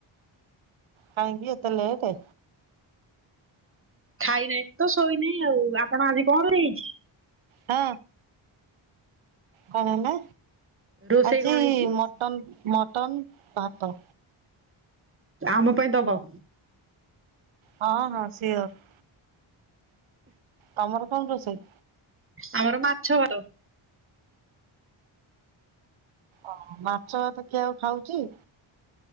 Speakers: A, on the right; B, on the right.
A: କାହିଁକି ଏତେ ଲେଟ?
B: ଖାଇନାହିଁ ତ ଶୋଇନେଇ ଆଉ ଆପଣ ଆଜି କଣରେ ହେଇଛି?
A: ହଁ କଣ ହେଲା
B: ରୋଷେଇ
A: ଆଜି
B: କଣ ହେଇଛି?
A: ମ ଟନ୍ ମଟନ୍, ଭାତ।
B: ଆମ ପାଇଁ ଦବ।
A: ହଁ, ହଁ ସିଓର୍। ତୋମର କଣ ରୋଷେଇ?
B: ଆମର ମାଛ। ଭାତ।
A: ଓହୋ, ମାଛ ଭାତ କିଏ ଆଉ ଖାଉଚି?